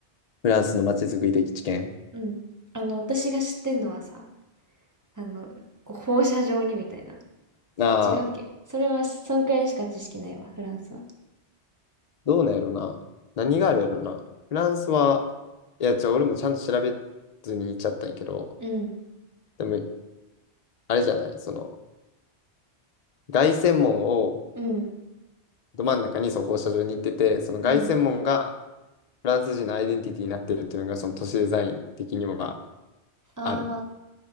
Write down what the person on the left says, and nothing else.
フランスの街づくり的知見。
ああ、
どうなんやろな。何があるやろな。フランスは、いや、ちょ、俺もちゃんと調べずに行っちゃったんやけど、
でも、あれじゃない、その、凱旋門を、
ど真ん中にその放射状に行ってて、その凱旋門が
フランス人のアイデンティティになってるっていうのが、その都市デザイン的には
ある。